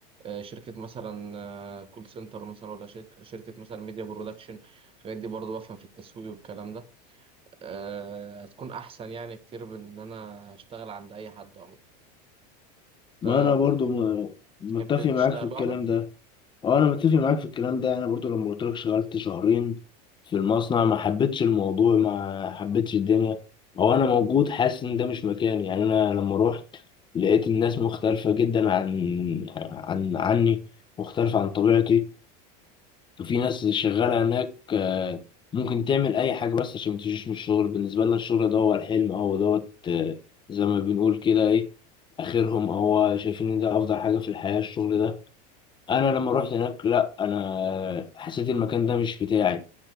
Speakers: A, on the right (about 25°); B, on the left (about 20°).
A: آه شركة مثلا آه كول سنتر مثلا ولا شركة, شركة مثلا ميديا برودكشن الحاجات دي برضو بفهم في التسويق والكلام ده أه هتكون احسن يعني كتير من ان انا اشتغل عند اي حد عموما
B: ما
A: انت
B: انا برضو
A: بت-
B: م- متفق
A: بتحب
B: معاك
A: تشتغل
B: في الكلام
A: لوحدك
B: ده اه انا متفق معاك في الكلام ده انا برضو لما قلت لك شغلت شهرين في المصنع ما حبيتش الموضوع ما حبيتش الدنيا هو انا موجود حاسس ان ده مش مكاني يعني انا لما روحت لقيت الناس مختلفة جدا عن عن عني مختلفة عن طبيعتي وفي ناس شغالة هناك آه، ممكن تعمل اي حاجة بس عشان ما تجيش من الشغل بالنسبة لنا الشغل ده هو الحلم هو دوت آه، زي ما بنقول كده ايه اخرهم هو شايفين ان ده افضل حاجة في الحياة الشغل ده
A: مم.
B: انا لما رحت هناك لا انا حسيت المكان ده مش بتاعي